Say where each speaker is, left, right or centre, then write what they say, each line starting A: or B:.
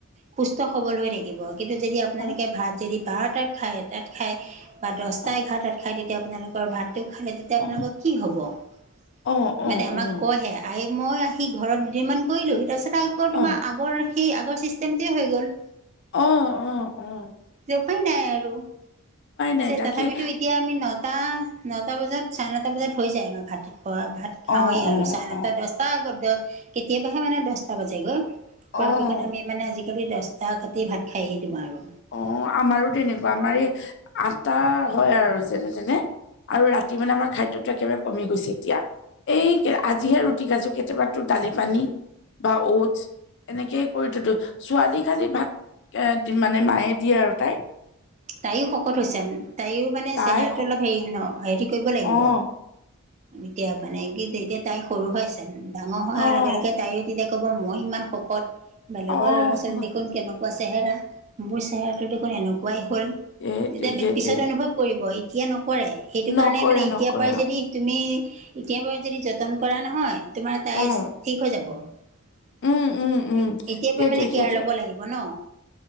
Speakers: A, on the right; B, on the left.
A: সুস্থ, সবল হৈ থাকিব কিন্তু যদি আপোনালোকে
B: অ',
A: <unintelligible> ভাত যদি বাৰটাত খায়, এটাত খায় বা দহটা-এঘাৰটাত
B: অ',
A: খায় তেতিয়া আপোনালোকৰ ভাতটো খালে <inaudible> তেতিয়া
B: অ',
A: আপোনালোকৰ কি হ'ব <inaudible>
B: অ', অ',
A: মানে আমাক
B: অ',
A: কয় সেইয়া <unintelligible> আহ মই আহি ঘৰত দুদিনমান কৰিলোঁ তাৰপিছত আকৌ তোমাৰ
B: অ',
A: আগৰ সেই আগৰ চিষ্টেমটোৱেই হৈ গ'ল <unintelligible>
B: অঁ-অঁ-অঁ।
A: এতিয়া উপাই নাই আৰু <inaudible> তাৰপিছত
B: নাই তাকেই
A: তথাপিতো এতিয়া আমি নটা-নটা বজাত চাৰে নটা বজাত হৈ যায় আমাৰ ভাতটো খোৱা, ভাত <unintelligible> খাওঁৱেই
B: অ',
A: আৰু
B: অ',
A: চাৰে নটা
B: অ',
A: দহ আগত কেতিয়াবাহে মানে দহটা বাজে গৈ প
B: অ'।
A: পিক্ষত আমি মানে আজিকালি দহটা ঘতি ভাত খায়েই দিওঁ আৰু
B: অ আমাৰো তেনেকুৱা আমাৰ এই আটা হয় আৰু যেনে তেনে আৰু ৰাতি মানে আমাৰ খাদ্যটো একেবাৰে কমি গৈছে এতিয়া এই আজিহে ৰুটি কাছো কেতিয়াবো দালি পানী বা টছ এনেকেই কৰি থতো ছোৱালী খালি ভাত এ দিম মানে মায়ে দিয়ে আৰু তাইক
A: তাইো শকত হৈছে তাইও মানে
B: তাই
A: চেহেৰাটো
B: সক
A: অলপ হেৰি ন হেৰি কৰিব লাগিব
B: অ',
A: এতিয়া মানে কি এতিয়া তাই সৰু হৈ আছে ডাঙৰ হোৱাৰ
B: অ',
A: লগে লগে তাইও তেতিয়া ক'ব মই ইমান শকত বেলেগৰ
B: অ'।
A: ল'ৰা ছোৱালী দেখোন কেনেকুৱা চেহেৰা মোৰ চেহৰাটো দেখোন এনেকুৱাই হ'ল
B: সেইটোৱে
A: এতিয়া
B: সেইটোৱে
A: পিছত অনুভৱ কৰিব এতিয়া নকৰে সেইটো
B: নকৰে
A: কাৰণে মানে এতিয়াৰ
B: নকৰে
A: পৰাই যদি
B: অ',
A: তুমি এতিয় বাৰু যদি যতন কৰা নহয় তোমাৰ তাই
B: উম,
A: ঠিক হৈ যাব এতিয়াৰ
B: উম, উম। সেইটোৱে
A: পৰা মানে
B: সেইটোৱে
A: কেয়াৰ ল'ব লাগিব ন